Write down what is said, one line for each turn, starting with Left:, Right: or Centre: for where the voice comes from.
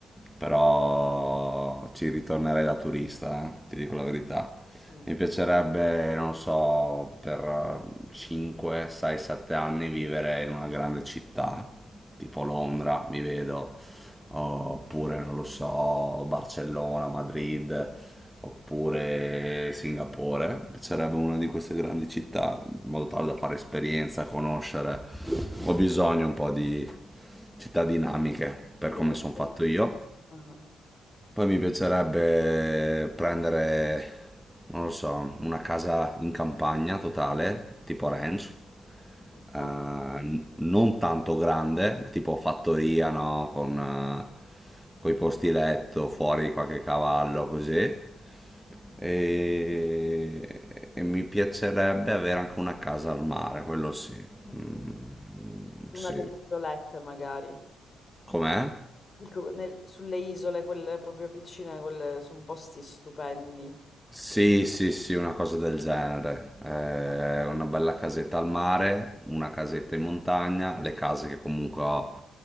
Centre: però ci ritornerei da turista, eh, ti dico la verità.
Left: Mm.
Centre: Mi piacerebbe, non so, per 5, 6, 7 anni vivere in una grande città, tipo Londra, mi vedo, oppure non lo so, Barcellona, Madrid, oppure Singapore. Mi piacerebbe una di queste grandi città, in modo tale da fare esperienza, conoscere. Ho bisogno un po' di città dinamiche per
Left: Yeah,
Centre: come
Left: I
Centre: sono
Left: think-
Centre: fatto io.
Left: ah, ah.
Centre: Poi mi piacerebbe prendere, non lo so, una casa in campagna totale, tipo ranch,
Left: Ma-
Centre: eh, n- non tanto grande, tipo fattoria, no? Con, eh, coi posti letto, fuori qualche cavallo, così.
Left: Mhm.
Centre: E, e mi piacerebbe avere anche una casa al mare, quello sì.
Left: <laughs>
Centre: Mm,
Left: Una
Centre: sì.
Left: delle violette magari.
Centre: Com'è?
Left: Dico, nel- sulle isole, quelle proprio piccine, quelle sono posti stupendi.
Centre: Sì, sì, sì, una cosa del genere. Eh, una bella casetta al mare, una casetta in montagna, le case che comunque ho